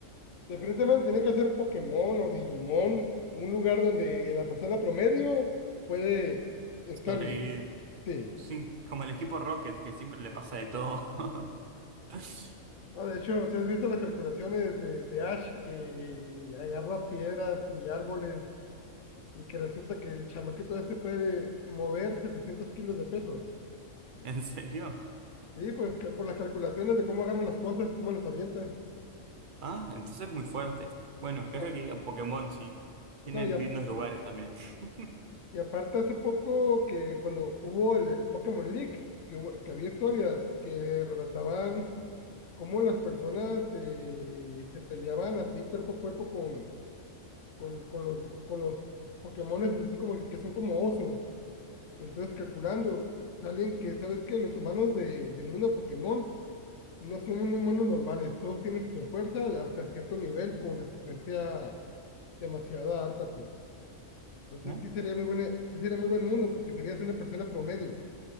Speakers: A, on the left; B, on the right.
A: definitivamente tiene que ser Pokémon o Digimon, un lugar donde la persona promedio puede estar
B: sobrevivir.
A: bien. Sí.
B: Sí, como el equipo Rocket, que siempre le pasa de todo. <laughs>
A: No, de hecho, si has visto las calculaciones de, de Ash que agarra piedras y árboles y que resulta que el chamaquito este puede mover 700 kilos de peso.
B: ¿En serio?
A: Sí, pues que por las calculaciones de cómo agarra las cosas y cómo las avienta.
B: Ah, entonces muy fuerte. Bueno, claro
A: No,
B: que iría a Pokémon, sí. Tienen
A: no, y,
B: lindos lugares también. <laughs>
A: Y aparte hace poco que cuando hubo el, el Pokémon League, que, hubo- que había historias que relataban cómo las personas eh, se peleaban así cuerpo a cuerpo con, con, con los, con los Pokémones, así como que, que son como osos. Entonces calculando, salen que, ¿sabes qué? Los humanos de, de mundo Pokémon no son humanos normales, todos tienen super fuerza hasta cierto nivel con resistencia demasiada alta, pues. Entonces
B: ¿No?
A: sí sería muy buena, sí sería muy buen mundo porque serías una persona promedio.